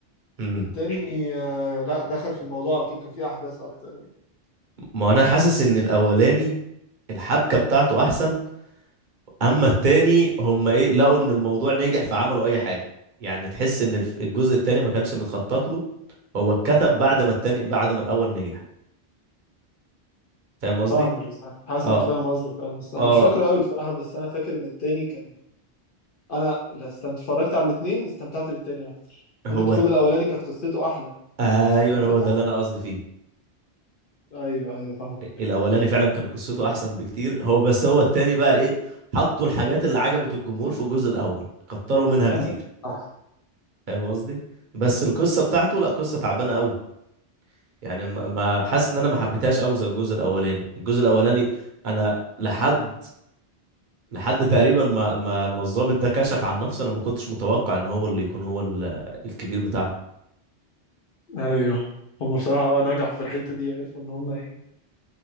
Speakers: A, on the right; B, on the left.
A: امم
B: التاني آه، لا دخل في الموضوع على طول كان فيه احداث اكتر
A: ما انا حاسس ان الاولاني الحبكة بتاعته احسن اما التاني هم ايه لقوا ان الموضوع نجح فعملوا اي حاجه يعني تحس ان الف- الجزء التاني ما كانش متخطط له هو اتكتب بعد
B: يعني
A: ما التاني بعد ما الاول نجح فاهم قصدي
B: فاهمك بس أنا حاسس
A: اه
B: انا فاهم قصدك اه بس انا
A: اه
B: مش فاكره قوي بصراحه بس انا فاكر ان التاني كان انا لا استمت... اتفرجت على الاتنين استمتعت بالتاني اكتر ممكن
A: هو
B: تكون الاولاني كانت قصته احلى
A: ايوه
B: بس كمتعه
A: هو ده اللي انا قصدي فيه
B: ايوه ايوه فاهم
A: الاولاني فعلا كان قصته احسن بكتير هو بس هو التاني بقى ايه حطوا الحاجات اللي عجبت الجمهور في الجزء الاول كتروا منها
B: آه،
A: كتير
B: صح
A: فاهم قصدي بس القصه بتاعته لا قصه تعبانه قوي يعني ما ما- حاسس ان انا ما حبيتهاش قوي زي الجزء الاولاني الجزء الاولاني انا لحد لحد تقريبا ما ما ما الضابط ده كشف عن نفسه انا ما كنتش متوقع ان هو اللي يكون هو ال- الكبير بتاعه
B: ايوه هم بصراحه اه نجحوا في الحته دي عرفوا ان هم ايه